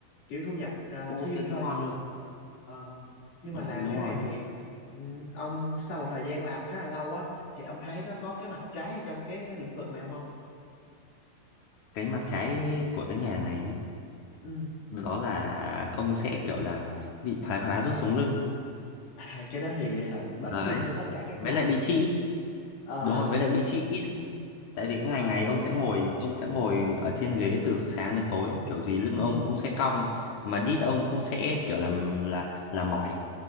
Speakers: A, on the left; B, on the left.
A: kiểu thu nhập à,
B: cũng
A: thêm
B: ok
A: thôi
B: cũng ngon luôn
A: Ờ, nhưng
B: ừ,
A: mà làm
B: đúng
A: cái
B: rồi
A: này thì ừm, ông sau một thời gian làm khá là lâu á thì ông thấy nó có cái mặt trái trong cái lĩnh vực này không ông?
B: cái mặt trái của cái nghề này nhá
A: Ừ.
B: đó là ông sẽ kiểu là bị thoái hóa đốt sống lưng
A: À, cái đó thì à, bệnh
B: đấy
A: chung cho tất cả các
B: với
A: ngành.
B: lại bị trĩ
A: Ờ,
B: đúng rồi với lại bị trĩ tại vì cái ngành
A: ờ,
B: này ông sẽ ngồi ông sẽ ngồi ở trên ghế từ sáng đến tối kiểu gì lưng
A: ừ,
B: ông cũng sẽ cong mà đít ông cũng sẽ kiểu làm là là mỏi